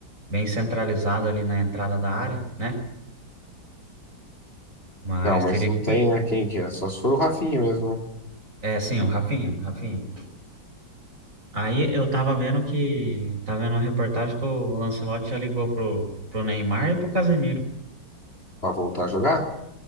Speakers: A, on the right; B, on the left.
A: bem centralizado ali na entrada da área, né? Mas
B: Então, mas
A: teria
B: não
A: que
B: tem,
A: ver.
B: né? Quem que é? Só se for o Rafinha mesmo, né?
A: É, sim, o Rafinha, Rafinha. Aí eu tava vendo que. Tava vendo uma reportagem que o Lancelotti já ligou pro, pro Neymar e pro Casemiro.
B: Pra voltar a jogar?